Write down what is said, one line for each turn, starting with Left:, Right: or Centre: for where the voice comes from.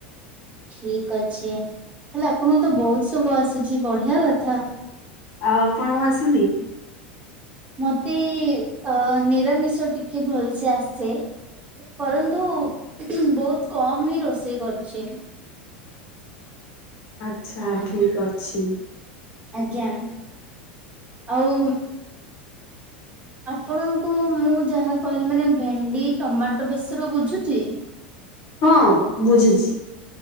Right: ଠିକ ଅଛେ ହେଲେ ଆପଣଙ୍କ ତ ବହୁତ ସବୁ ଆସୁଛି ବଢିଆ କଥା।
Left: ଆଉ ଆପଣଙ୍କୁ ଆସୁନି?
Right: ମତେ ଅ ନିରାମିଷ ଟିକେ ଭଲସେ ଆସେ ପରନ୍ତୁ ବହୁତ କମ ହିଁ ରୋଷେଇ କରୁଛି।
Left: ଆଚ୍ଛା
Right: ହଁ
Left: ଠିକ ଅଛି।
Right: ଆଜ୍ଞା ଆଉ ଆପଣଙ୍କୁ ମୁଁ ଯାହା କହିଲି ମାନେ ଭେଣ୍ଡି ଟମାଟୋ ବେସର ବୁଝୁଚି
Left: ହଁ ବୁଝୁଚି।